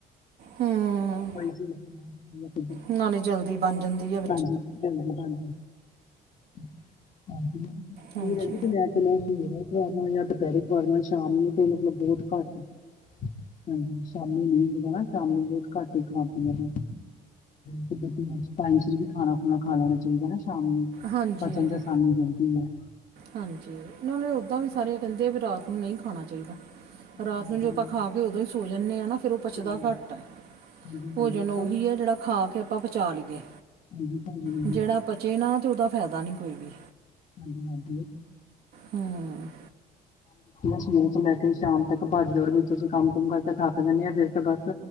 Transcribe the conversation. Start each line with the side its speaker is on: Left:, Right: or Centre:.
Right: ਹੁੰ।
Left: ਕੋਈ ਚ
Right: ਨਾਲੇ ਜਲਦੀ ਬਣ ਬਣ ਜਾਂਦੀ ਐ।
Left: ਹਾਂਜੀ, ਜਲਦੀ ਬਣ <unintelligible> ਹਾਂਜੀ, <unintelligible> ਸਵੇਰੇ
Right: ਹਾਂਜੀ
Left: ਕਰਨਾ ਜਾਂ ਦੁਪਹਿਰੇ ਕਰਨਾ ਸ਼ਾਮ ਨੂੰ ਤੇ ਮਤਲਬ ਬਹੁਤ ਘੱਟ ਹਾਂਜੀ, ਸ਼ਾਮੀ ਨੀ <unintelligible> ਸ਼ਾਮੀ ਬਹੁਤ ਘਾਟ ਹੀ ਖਾਵਾਂਦੀ ਹਾਂਜੀ, <unintelligible> ਟਾਈਮ ਚ ਵੀ ਖਾਣਾ ਖੁਣਾ ਖਾ ਲੈਣਾ ਚਾਹੀਦਾ ਨਾ ਸ਼ਾਮ ਨੂੰ। <unintelligible>
Right: ਹਾਂਜੀ ਹਾਂਜੀ, ਨਾਲੇ ਓਦਾਂ ਵੀ ਸਾਰੇ ਕਹਿੰਦੇ ਵੀ ਰਾਤ ਨੂੰ ਨਹੀਂ ਖਾਣਾ ਚਾਹੀਦਾ।
Left: ਹਾਂਜੀ
Right: ਰਾਤ ਨੂੰ ਜੋ ਆਪਾਂ
Left: ਮੈਂ
Right: ਖਾ ਕੇ ਉਦੋਂ ਹੀ ਸੋ ਜਾਂਦੇ ਹਾਂ ਨਾ ਫੇਰ ਉਹ ਪਚਦਾ
Left: ਸੋ ਜਾਂਦੀ
Right: ਘੱਟ ਐ।
Left: ਹਾਂਜੀ
Right: ਭੋਜਨ
Left: ਹਾਂਜੀ
Right: ਉਹੀ
Left: ਸਾਰੇ
Right: ਐ ਜਿਹੜਾ ਖਾ ਕੇ ਆਪਾਂ ਪਚਾ ਲਈਏ।
Left: ਹਾਂਜੀ-ਹਾਂਜੀ।
Right: ਜਿਹੜਾ ਪਚੇ ਨਾ ਤਾਂ ਉਹਦਾ ਫਾਇਦਾ ਨਹੀਂ ਕੋਈ ਵੀ।
Left: ਹਾਂਜੀ-ਹਾਂਜੀ
Right: ਹੂੰ
Left: <unintelligible> ਸਵੇਰੇ ਤੋ ਲੈ ਕੇ ਸ਼ਾਮ ਤੱਕ ਪਾਜ ਦੋੜ ਵਿੱਚ ਅਸੀਂ ਕੰਮ ਕੁਮ ਕਰਕੇ ਥੱਕ ਜਾਂਦੇ ਹਾਂ ਫੇਰ ਤੇ ਬਸ